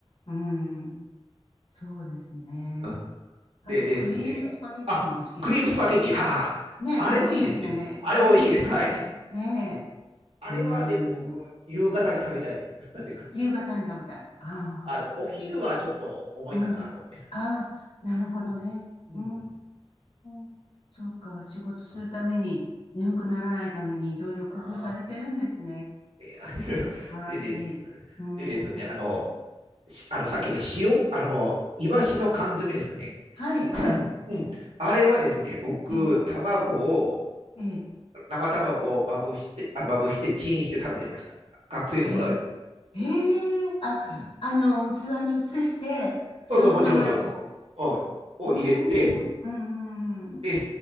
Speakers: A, on the left (about 70°); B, on the right (about 75°).
A: うんうん。うん。そうですね。
B: あ
A: あと、
B: でですね。
A: クリームスパゲッティも好きですね。
B: あ、クリームスパゲティ。はあ。
A: ねえ、美味しいですよね。
B: あれもいいですね。あれも美味しいです。
A: あれもいいですよね。
B: はい。
A: ね
B: うんあれはでも僕、
A: え。うーん。
B: 夕方に食べたいです。<laughs> なぜか。
A: 夕方に食べたい。ああ。
B: あの、お昼はちょっと重いかなと思って。
A: うん。うん。ああ、なるほどね。
B: う
A: うー
B: ん。うん
A: ん。そうか。仕事するために、
B: あ、
A: 眠くならないために、いろいろ工夫されてるんですね。
B: ああいや
A: えー素晴らしい。
B: <laughs> でです。
A: うー
B: でですね、あの、
A: ん。
B: しあの、さっきの塩、あの、イワシの缶詰ですかね。
A: はい。
B: <coughs> うん。あれはですね、僕、
A: ええ、
B: 卵を、
A: ええ、
B: 生卵をまぶして、あ、まぶして、チンして食べてました。学生の頃はよく。
A: へえへえ、あ、
B: うん。
A: あの、器に移して、
B: そうそう、
A: 生卵を。
B: もちろん、もちろん。うん。を入れて、
A: うーん、うん、うん、うん。
B: で、